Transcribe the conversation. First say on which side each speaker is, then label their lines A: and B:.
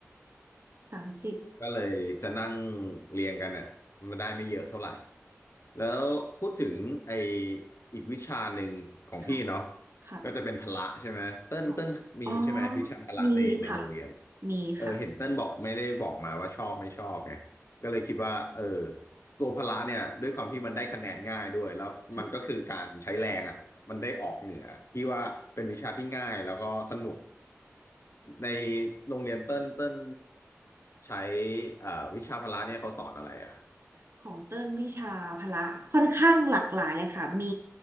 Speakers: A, on the right; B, on the left.
A: สามสิบ
B: ก็เลยจะนั่งเรียงกันอ่ะมันได้ไม่เยอะเท่าไหร่แล้วพูดถึงไออีกวิชาหนึ่งของพี่เนาะ
A: ค่ะค่ะ
B: ก็จะเป็นพละใช่ไหมเต้นเต้นมีใช่ไหมวิชาพละในในโรงเรียน
A: อ๋ออ๋อมีค่ะมีค่ะ
B: เออเห็นเต้นบอกไม่ได้บอกมาว่าชอบไม่ชอบไงก็เลยคิดว่าเออ ตัวพละเนี่ยด้วยความที่มันได้คะแนนง่ายด้วยแล้วมันก็คือการใช้แรงอ่ะมันได้ออกเหนือที่ว่าเป็นวิชาที่ง่ายแล้วก็สนุก
A: ค่ะ
B: ในโรงเรียนเต้นเต้นใช้เอ่อวิชาพละเนี่ยเขาสอนอะไรอ่ะ
A: ของเต้นวิชาพละค่อนข้างหลากหลายเลยค่ะมี